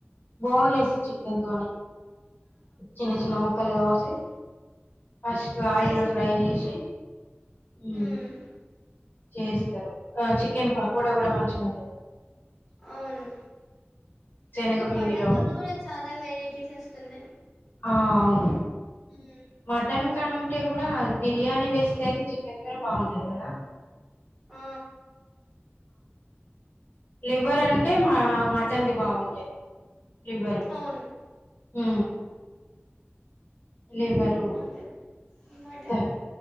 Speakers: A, on the left; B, in the centre.
A: బోన్లెస్ చికెన్ తోని చిన్న చిన్న ముక్కలుగా కోసి ఫస్ట్ ఆయిల్లో
B: చేస్తారు
A: ఫ్రై చేసి ఉ
B: మ్మ్.
A: చేస్తారు ఆ చికెన్ పకోడా కూడా మంచిగా ఉ
B: అవును
A: శనగపిండిలో
B: ఇప్పుడు మటన్ తోన కూడా చాలా వెరైటీస్ వస్తున్నాయి
A: ఆ అవును
B: హ్మ్.
A: మటన్ కంటే కూడా అది బిర్యానీ వేస్తే అయితే చికెనే బాగుంటది కదా
B: ఆ
A: లివర్ అంటే మా మటన్ దే బాగుంటది లివరు
B: అవును
A: హ లివ్వరూ
B: ఉంటది మటన్
A: తెం